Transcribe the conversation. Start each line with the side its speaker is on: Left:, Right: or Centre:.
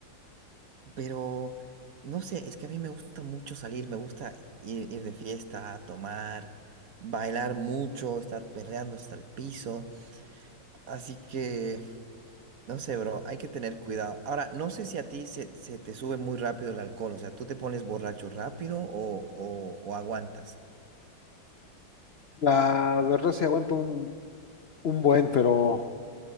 Right: pero no sé, es que a mí me gusta mucho salir, me gusta ir, ir de fiesta, tomar, bailar mucho, estar perreando hasta el piso, así que no sé, bro, hay que tener cuidado. Ahora, no sé si a ti se, se te sube muy rápido el alcohol, o sea, ¿tú te pones borracho rápido o, o, o aguantas?
Left: La verdad sí aguanto un, un buen, pero